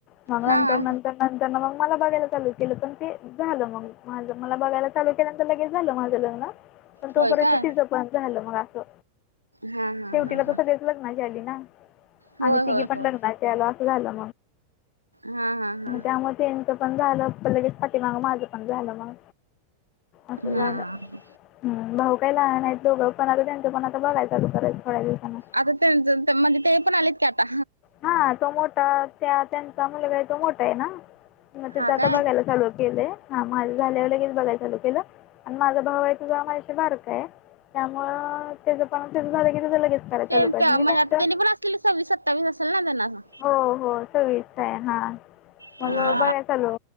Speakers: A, on the left; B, on the right.
A: मग नंतर
B: हा हा
A: नंतर नंतर मग मला बघायला चालू केलं पण ते झालं मग मा मला बघायला चालू केल्यानंतर लगेच झालं माझं लग्न. पण तोपर्यंत
B: होय काय
A: तीझ पण झालं मग असं.
B: हा हा
A: शेवटीला
B: हा
A: दुसऱ्याच्या
B: हा
A: सगच लग्नाची आली ना
B: होय
A: आणि तिघी
B: होय
A: पण
B: होय
A: लग्ना त्याला असं झालं
B: हा हा हा
A: मग त्यामु त्यांचं पण झालं असतं लगेच पाटी माग. माझं पण झालं मग, असं
B: हा
A: झालं.
B: हा
A: ह. भाऊ काही लहान आहेत. दोघं पण आल त्यांचं पण आता बघायला चालू परत थोड्या दिवसांन.
B: आता त्यांच म्हणजे ते पण आलेत कि आता
A: हा तो मोठा त्या त्यांचा मुलगा आहे तो मोठा आहे ना? मग ते
B: हा
A: आता
B: काय
A: बघायला चालू केलंय. हा माझ झाल्यावर लगेच बघायला चालू केलं. आणि माझा भाऊ आहे तो जरा माझ्याशी बारका आहे. त्यामुळे त्याचं पण त्याचं झालं की लगेच करायला चालू
B: त्यांच्या
A: करायचं म्हणजे
B: मनात
A: त्यांचं
B: त्यांनी पण असतील. सव्वीस सत्तावीस असेल ना त्यांना मग?
A: हो हो. सव्वीस चा आहे हां.
B: हा
A: मग बघाय चालू